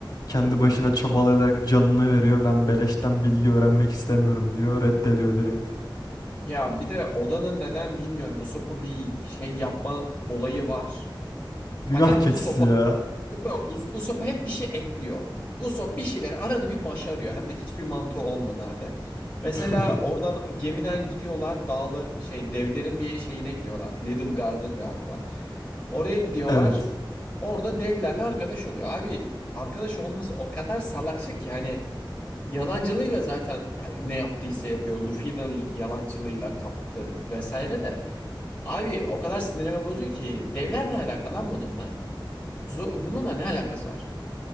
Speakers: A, on the left (about 50°); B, on the left (about 15°).
A: kendi başına çabalayarak canını veriyor. Ben beleşten bilgi öğrenmek istemiyorum diyor. Reddediyor direkt.
B: Ya bir de Oda'nın neden bilmiyorum Usopp'u bir şey yapma olayı var.
A: Günah
B: Hani Usopp'a
A: keçisi ya.
B: Yo, Us- Usopp'a hep bir şey ekliyor. Usopp bir şeyler arada bir başarıyor. Hem de hiçbir mantığı olmadı hale. Mesela
A: <laughs>
B: oradan gemiden gidiyorlar dağlar şey devlerin bir şeyine gidiyorlar. Little Garden galiba. Oraya gidiyorlar.
A: Evet.
B: Orada devlerle arkadaş oluyor. Abi arkadaş olması o kadar salakça ki hani yalancılığıyla zaten ne yaptıysa yapıyor. Luffy de lu- yalancılığıyla kaptı vesaire de. Abi o kadar sinirimi bozuyor ki devler ne alaka lan bununla? Zo- bununla ne alakası var?